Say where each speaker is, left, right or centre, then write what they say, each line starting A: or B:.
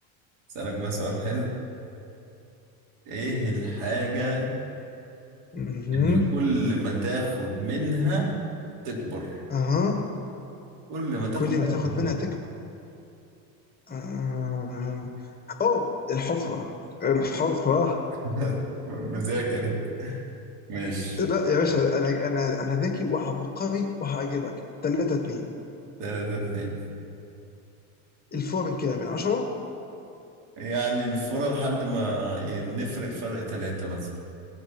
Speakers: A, on the right; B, on the left.
A: اسألك بقى سؤال حلو ايه الحاجة
B: مهم.
A: اللي كل ما تاخد منها تكبر
B: اها
A: كل ما تاخد
B: كل ما
A: منها
B: تاخد
A: تكبر
B: منها تكبر آه. اوه الحفرة الحفرة
A: <laughs> مذاكر انت ماشي
B: لا يا باشا انا انا انا ذكي وعبقري وهعجبك 3 2
A: تلاتة اتنين
B: الفور من كام من 10
A: يعني الفورة لحد ما ي- نفرق فرق تلاتة مثلا